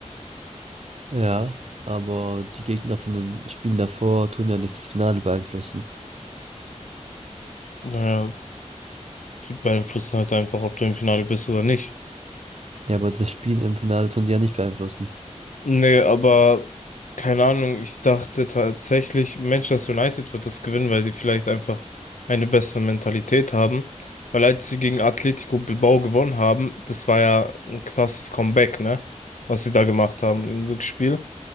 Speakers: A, on the right; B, on the left.
A: Ja, aber die Gegner von den Spielen davor tun ja nicht das Finale beeinflussen.
B: Naja, die beeinflussen halt einfach, ob du im Finale bist oder nicht.
A: Ja, aber das Spiel im Finale tun die ja nicht beeinflussen.
B: Nee, aber keine Ahnung, ich dachte tatsächlich, Manchester United wird das gewinnen, weil die vielleicht einfach eine bessere Mentalität haben. Weil als sie gegen Atletico Bilbao gewonnen haben, das war ja ein krasses Comeback, ne? Was sie da gemacht haben im Rückspiel